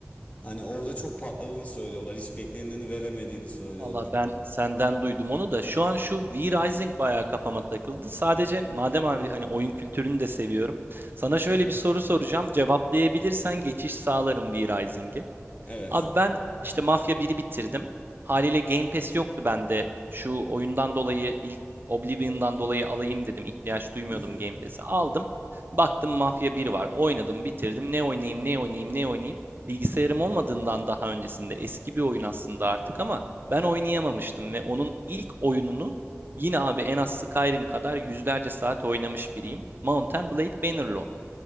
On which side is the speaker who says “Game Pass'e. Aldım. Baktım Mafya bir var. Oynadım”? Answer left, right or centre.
Right